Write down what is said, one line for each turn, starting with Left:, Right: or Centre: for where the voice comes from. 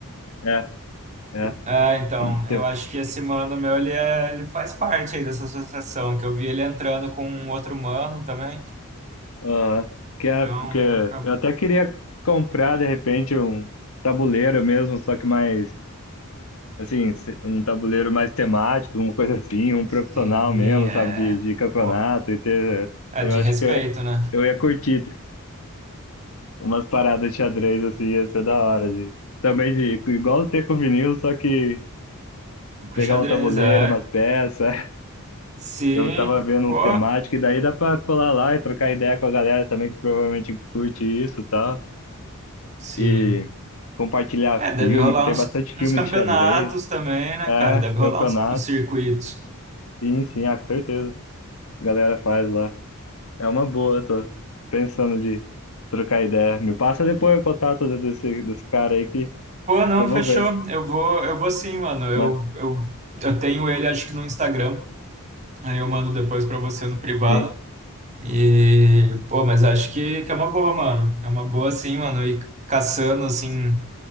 Left: É, é.
Right: Ah, então,
Left: <clears throat> Tem
Right: eu acho que esse mano meu, ele, é, ele faz parte aí dessa associação, que eu vi ele entrando com um outro mano também,
Left: Aham. Que é
Right: então
Left: porque
Right: acabou.
Left: eu até queria comprar de repente um tabuleiro mesmo, só que mais assim, se- um tabuleiro mais temático, uma coisa assim, um profissional
Right: Sim,
Left: mesmo,
Right: é,
Left: sabe, de, de campeonato
Right: pô,
Left: e ter.
Right: é
Left: Eu
Right: de
Left: acho
Right: respeito,
Left: que
Right: né?
Left: eu ia curtir ter umas paradas de xadrez assim, ia ser da hora de também de igual ser com o vinil, só que
Right: Com
Left: pegar
Right: o xadrez,
Left: um tabuleiro,
Right: é,
Left: umas peças. <laughs>
Right: sim,
Left: Eu tava vendo
Right: pô,
Left: uns temáticos e daí dá pra colar lá e trocar ideia com a galera também que provavelmente curte isso, e tal.
Right: sim.
Left: e compartilhar
Right: É, deve
Left: filme,
Right: rolar
Left: que tem
Right: uns,
Left: bastante filme
Right: uns campeonatos
Left: de xadrez,
Right: também, né,
Left: é,
Right: cara? Deve rolar
Left: campeonato,
Right: uns, uns circuitos.
Left: sim, sim, ah, com certeza, a galera faz lá. É uma boa, tô pensando de trocar ideia. Me passa depois o contato desse, desse cara aí que,
Right: Pô, não,
Left: que eu vou
Right: fechou,
Left: ver,
Right: eu vou, eu vou sim, mano, eu,
Left: né?
Right: eu, eu tenho ele, acho que no Instagram, aí eu mando depois pra você no privado.
Left: Sim.
Right: E, pô, mas acho que, que é uma boa, mano. É uma boa, assim, mano. E caçando, assim,